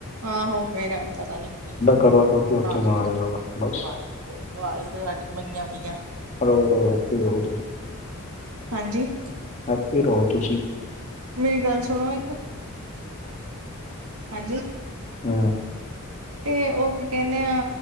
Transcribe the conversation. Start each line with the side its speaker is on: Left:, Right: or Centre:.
Right: ਆਹੋ ਪੇਰਾ ਪਤਾ ਨੀ ਕੀ
Left: ਕਰਵਾ ਚੌਥ
Right: <unintelligible>
Left: ਵੀ ਉੱਥੇ ਮਨਾ ਲੈਣਾ ਵਾ ਬਸ
Right: ਓਈ ਦਵਾਲੀ ਤੇ ਸਾਡੀ ਮੰਨੀਆਂ ਪਈਆਂ।
Left: ਰੋ ਰੋ ਹਸਤੀ ਰੋ ਤੁਸੀ।
Right: ਹਾਂਜੀ।
Left: ਹੈਪੀ ਰੋ ਤੁਸੀ।
Right: ਮੇਰੀ ਗੱਲ ਸੁਣੋ ਇੱਕ। ਹਾਂਜੀ।
Left: ਹੂੰ।
Right: ਤੇ ਓ ਕੀ ਕੈਨੇ ਆ